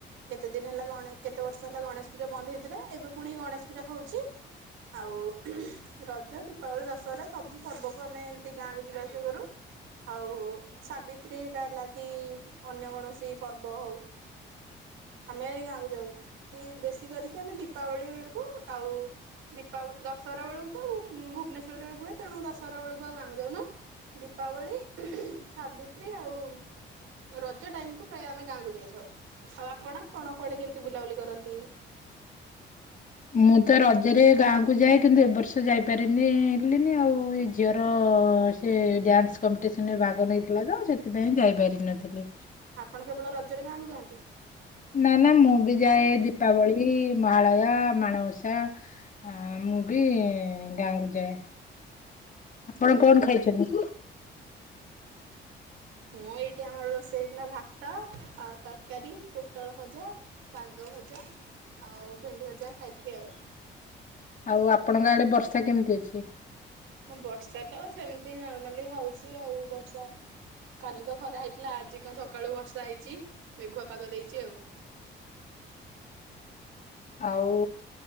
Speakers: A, on the right; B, on the left.
A: କେତେ ଦିନ ହେଲା କେତେ ବର୍ଷ ହେଲା ଗଣେଶ ପୂଜା ବନ୍ଦ ହେଇଥିଲା ଏବେ ପୁଣି ଗଣେଶ ପୂଜା ହେଉଛି ଆଉ ରଜ ଦୀପାବଳି ଦଶହରା ସବୁ ପର୍ବକୁ ଆମେ ଏମିତି ଗାଁକୁ ଯିବା ଆସିବା କରୁ। ଆଉ ସାବିତ୍ରୀ ହେଲା କି ଅନ୍ୟ କୌଣସି ପର୍ବ ହେଉ ଆମେ ଗାଁକୁ ଯାଉ ବେଶୀ କରିକି ଆମେ ଦୀପାବଳି ବେଳକୁ ଆଉ ଦୀପାବଳି ଦଶହରା ବେଳକୁ ତ ଭୁବନେଶ୍ଵରରେ ହୁଏ ତେଣୁ ଦଶହରା ବେଳକୁ ଆଉ ଗାଁକୁ ଯାଉନୁ। ଦୀପାବଳି ସାବିତ୍ରୀ ଆଉ ରଜ ଟାଇମ୍ ପ୍ରାୟ ଆମେ ଗାଁକୁ ଯାଇଥାଉ ଆଉ ଆପଣ କଣ କୁଆଡ଼େ କେମିତି ବୁଲାବୁଲି କରନ୍ତି?
B: ମୁଁ ତ ରଜରେ ଗାଁ କୁ ଯାଏ କିନ୍ତୁ ଏବ ବର୍ଷ ଯାଇପାରିନିି ଆଉ ଏ ଝିଅର ସେ ଡ୍ୟାନ୍ସ କମ୍ପିଟିସନରେ ଭାଗ ନେଇଥିଲା ତ ସେଥିପାଇଁଁ ଯାଇପାରିନଥିଲି।
A: ଆପଣ କେବଳ ରଜରେ ଗାଁକୁ ଯାଆନ୍ତି?
B: ନା ନା ମୁଁ ବି ଯାଏ ଦୀପାବଳି ମହାଳୟା ମାଣବସା ଆ ମୁଁ ବି ଗାଁକୁୁ ଯାଏ। ଆପଣ କଣ ଖାଇଛନ୍ତି?
A: ମୁଁ ଏଇଠି ଆମର ରୋଷେଇ ହେଇଥିଲା ଭାତ ଆଉ ତରକାରୀ ପୋଟଳ ଭଜା ଶାଗ ଭଜା ଆଉ ଭେଣ୍ଡି ଭଜା ଖାଇଥିଲି ଆଉ।
B: ଆଉ ଆପଣଙ୍କ ଆଡେ ବର୍ଷା କେମିତି ଅଛି?
A: ହଁ ବର୍ଷା ତ ସେମିତି ନର୍ମାଲି ହଉଛି ଆଉ ବର୍ଷା କାଲି ତ ଖରା ହେଇଥିଲା ଆଜି କଣ ସକାଳୁ ବର୍ଷା ହେଇଛି ମେଘୁଆ ପାଗ ଦେଇଛି ଆଉ।
B: ଆଉ